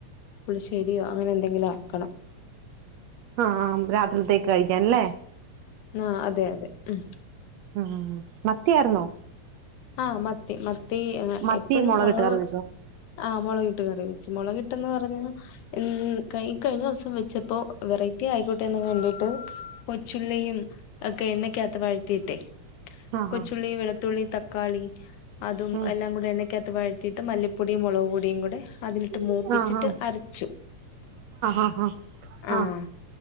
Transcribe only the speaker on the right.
ആഹ് ആം രാത്രിൽതേ കഴിക്കാൻ ല്ലെ
ഉം മത്തിയാര്ന്നോ?
മത്തി
മുളകിട്ട്
കറി വെച്ചോ
ആഹ്
ആഹ്
ഉം ആഹ്
ആഹ് ആഹ് ആഹ് ആഹ്